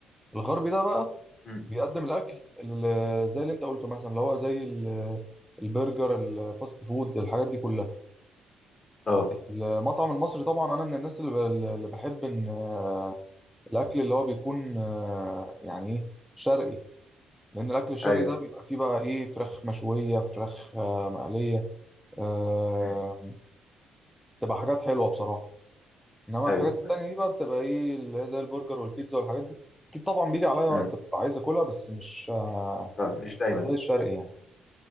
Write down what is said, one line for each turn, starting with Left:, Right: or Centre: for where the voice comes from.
Centre: الغربي ده بقى
Left: امم
Centre: بيقدم الاكل ال- زي اللي انت قلته مثلا اللي هو زي ال- البرجر الفاست فود الحاجات دي كلها
Left: اه
Centre: المطعم المصري طبعا انا من الناس اللي ب- اللي بحب ان آه، الاكل اللي هو بيكون آه، يعني ايه شرقي لان الاكل الشرقي
Left: ايوه
Centre: ده بيبقى فيه بقى ايه فراخ مشويه فراخ آه، مقليه آه،
Left: مم.
Centre: بتبقى حاجات حلوه بصراحه انما
Left: ايوه
Centre: الحاجات التانية
Left: ايوه
Centre: دي بقى بتبقى ايه اللي هي زي البرجر والبيتزا والحاجات دي اكيد طبعا بيجي عليا
Left: مم.
Centre: وقت ببقى عايز اكلها بس مش آه،
Left: اه مش دايما
Centre: زي الشرقي يعني